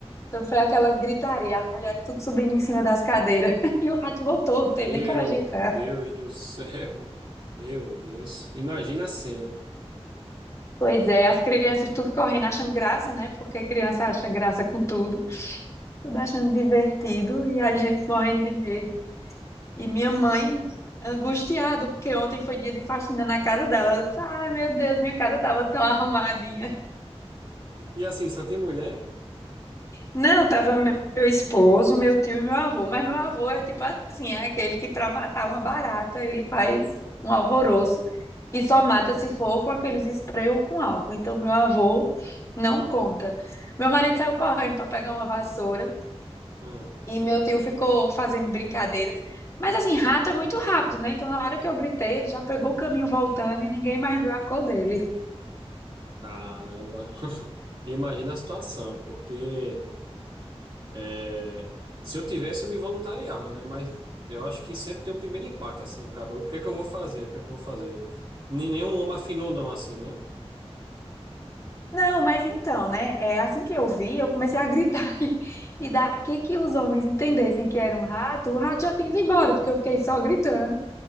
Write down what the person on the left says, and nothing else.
Então foi aquela gritaria, as mulheres tudo subindo em cima das cadeiras. <laughs> E o rato voltou, não teve
nem coragem de entrar.
Pois é, as crianças tudo correndo, achando graça, né? Porque criança acha graça com tudo, tudo achando divertido e a gente morrendo de medo. E minha mãe angustiada, porque ontem foi dia de faxina na casa dela. Ela disse: Ai, meu Deus, minha casa tava tão <laughs> arrumadinha.
Não, tava meu esposo, meu tio e meu avô. Mas meu avô é tipo assim: é aquele que pra matar uma barata, ele faz um alvoroço e só mata se for com aqueles spray ou com álcool. Então meu avô não conta. Meu marido saiu correndo pra pegar uma vassoura.
E meu tio ficou fazendo brincadeiras. Mas assim, rato é muito rápido, né? Então, na hora que eu gritei, ele já pegou o caminho voltando e ninguém mais viu a cor dele.
Não, mas então, né? É assim que eu vi, eu comecei a gritar. <laughs> E daqui que os homens entendessem que era um rato, o rato já tinha ido embora, porque eu fiquei só gritando.